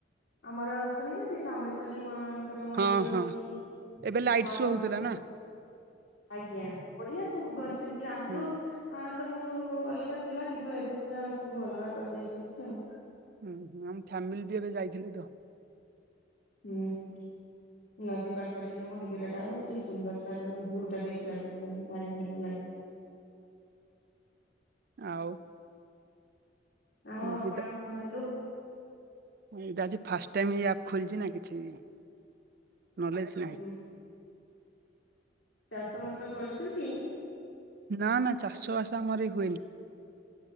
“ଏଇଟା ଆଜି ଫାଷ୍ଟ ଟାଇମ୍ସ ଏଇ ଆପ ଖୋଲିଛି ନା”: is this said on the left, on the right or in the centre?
Right